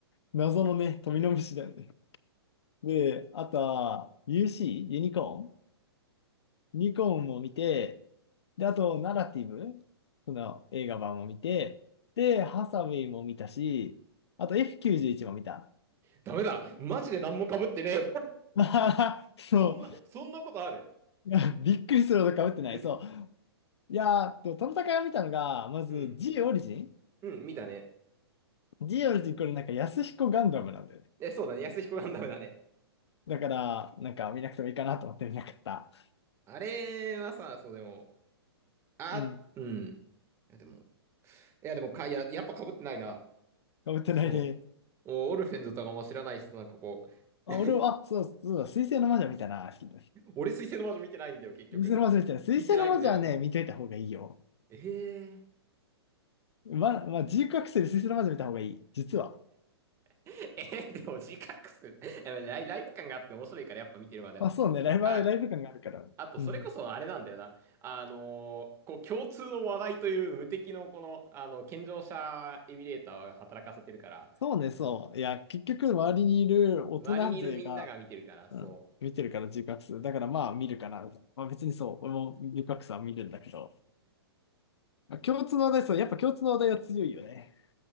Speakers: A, on the left; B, on the right.
A: 謎のね、富の虫だよね。で、あとは、UC? ユニコーンユニコーンも見て、で、あと、ナラティブ、その映画版も見て、で、ハサウェイも見たし、あと F91 も見た。
B: ダメだ。マジで何も被ってねえ。
A: <laughs> まあそ
B: そんな、そんなことある。
A: う。<laughs> びっくりするほど被ってない。
B: え、
A: そう。いやー、と、トナタカ見たのが、まず
B: うん。
A: G オリジン
B: うん、見たね。
A: ?G オリジンこれなんか安彦ガンダムなんだよね。
B: え、そうだね。安彦ガンダムだね。
A: だから、なんか見なくてもいいかなと思って見なかった。
B: あれはさ、そうでも、あ、
A: うん。
B: うん。いやでも、いやでもか、いや、やっぱ被ってないな。
A: 被ってないね。
B: そう。おオルフェンズとかも知らない人なんかこう
A: あ、俺は、あ、そう、そうだ、水星の魔女見たな。水
B: 俺水星の魔女見てないんだよ、結局。
A: 星の魔女見たな。水星の魔女はね、
B: 見てないんだよ。
A: 見といた方がいいよ。
B: ええ
A: ま、まあ、自由覚醒で水星の魔女見た方がいい。実は。
B: ー。えー、でも自覚する。やっぱライライブ感があって面白いからやっぱ見てるまである。
A: まあ、そうね、ライブ、
B: あ、
A: ライブ感があるから。
B: あとそれこそあれなんだよな。
A: うん。
B: あのーこう共通の話題という無敵のこの、あの、健常者エミュレーターが働かせてるから、
A: そうね、
B: そ
A: そう。いや、結局、周りにいる大人勢が、
B: う。周りにいるみんなが見てるから、
A: うん、
B: そう。
A: 見てるから自覚する。だから、まあ、見るかな。まあ、別にそう、俺も自覚さは見るんだけど。まあ共通の話題、そう、やっぱ共通の話題は強いよね。